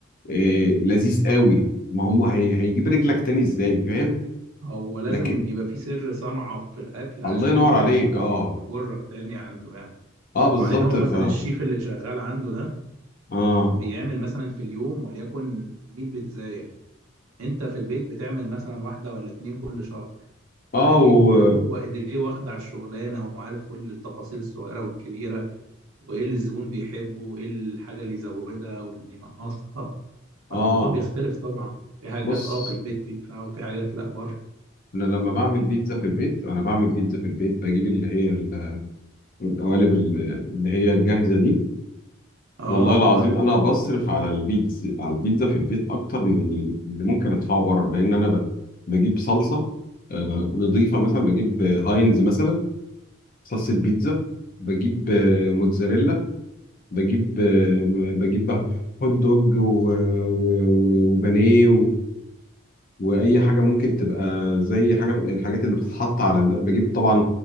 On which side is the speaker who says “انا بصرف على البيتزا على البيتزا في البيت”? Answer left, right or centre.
Left